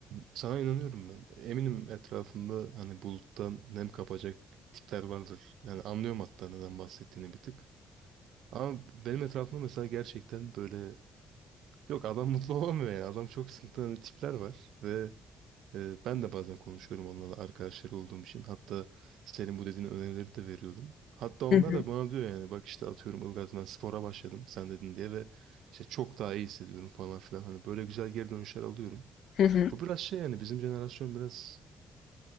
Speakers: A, on the right; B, on the left.
A: <clears throat> sana inanıyorum ben. Eminim etrafında hani buluttan nem kapacak tipler vardır. Yani anlıyorum hatta neden bahsettiğini bir tık. Ama benim etrafımda mesela gerçekten böyle yok adam mutlu <laughs> olamıyor yani. Adam çok sıkıntılı hani tipler var ve Ee, ben de bazen konuşuyorum onlarla arkadaşları olduğum için. Hatta senin bu dediğin önerileri de veriyordum. Hatta onlar
B: Hı hı,
A: da bana diyor yani bak işte atıyorum Ilgaz ben spora başladım sen dedin diye ve işte çok daha iyi hissediyorum falan filan. Hani böyle güzel geri dönüşler alıyorum.
B: hı hı.
A: Bu biraz şey yani bizim jenerasyon biraz